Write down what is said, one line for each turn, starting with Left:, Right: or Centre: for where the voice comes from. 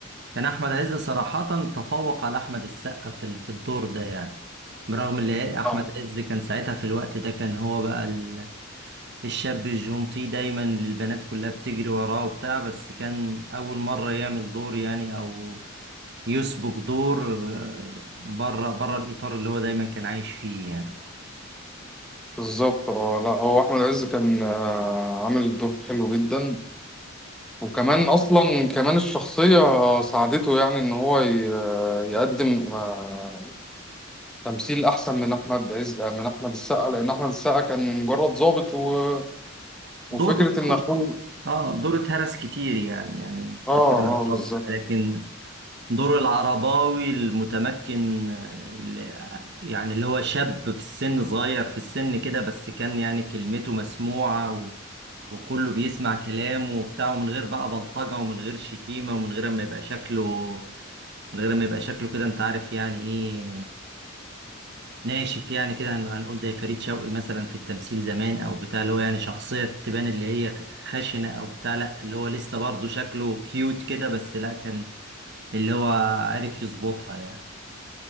Right: يعني احمد عز صراحة تفوق على احمد السقا في ال- في الدور ده يعني برغم ان إيه، احمد
Centre: اه
Right: عز كان ساعتها في الوقت ده كان هو بقى ال- الشاب الجونتي دايما اللي البنات كلها بتجري وراه وبتاع بس كان اول مرة يعمل دور يعني او يسبق دور آه، بره بره الاطار اللي هو دايما كان عايش فيه يعني
Centre: بالظبط اه لا هو احمد عز كان آه عامل الدور حلو جدا وكمان اصلا كمان الشخصيه ساعدته يعني ان هو ي- يقدم آه، تمثيل احسن من احمد عز آه، من احمد السقا لان احمد السقا كان مجرد ضابط و... وفكره
Right: دور
Centre: ان اخوه
Right: اه دور اتهرس كتير يعني يعني
Centre: اه
Right: بالظبط
Centre: اه بالظبط
Right: لكن دور العرباوي المتمكن اللي يعني اللي هو شاب في السن صغير في السن كده بس كان يعني كلمته مسموعة و... وكله بيسمع كلامه وبتاع ومن غير بقى بلطجة ومن غير شتيمة ومن غير ما يبقى شكله من غير ما يبقى شكله كده انت عارف يعني ايه ناشف يعني كده هن- هنقول زي فريد شوقي مثلا في التمثيل زمان او بتاع اللي هو يعني شخصية تبان اللي هي خشنة او بتاع لا اللي هو لسه برضه شكله كيوت كده بس لا كان اللي هو عرف يظبطها يعني